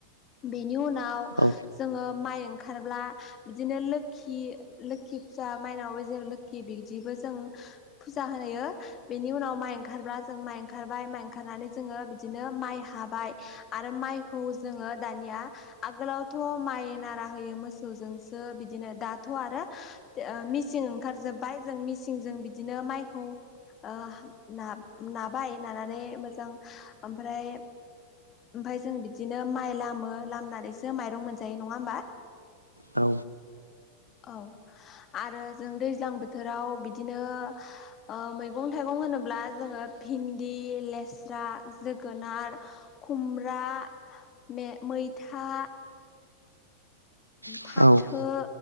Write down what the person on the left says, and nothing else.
बेनि उनाव
जोङो माइ ओंखारब्ला बिदिनो लोखि लोखि फुजा मायनावबो जेरै लोखि बिदिबो जों फुजा होनायो बेनि उनाव माइ ओंखारब्ला जों माइ ओंखारबाय माइ ओंखारनानै जोङो बिदिनो माइ हाबाय आरो माइखौ जोङो दानिया आगोलावथ' माइ नारा होयो मोसौजोंसो बिदिनो दाथ' आरो थो ओ मिसिं ओंखार जोब्बाय जों मिसिंजों बिदिनो माइखौ ओ नाब-नाबाय नानानै मोजां ओमफ्राय ओमफाय जों बिदिनो माइ लामो लामनानैसो माइरं मोनजायो नङा होमबा
औ आरो जों दैज्लां बोथोराव बिदिनो ओ मैगं थाइगं होनोब्ला जोङो भिन्दि लेस्रा जोगोनार खुमब्रा, मैथा
फाथो